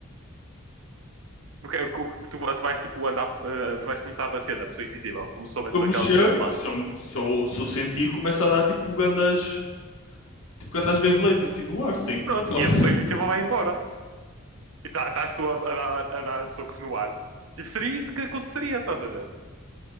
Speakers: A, on the right (about 70°); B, on the left (about 80°).
A: O que é que- o que- Tu, tu vais tipo andar, eh, tu vais começar a bater na pessoa invisível, como se soubesse
B: Se eu mexer,
A: que ela estivesse lá.
B: se eu, se eu, se eu sentir, começa a dar tipo grandes, tipo grandes Beyblades assim no ar, sim.
A: Pronto,
B: <laughs>
A: e a pessoa invisível vai embora. e tá- estás tu a, a dar, a dar socos no ar. Tipo, seria isso que aconteceria, estás a ver?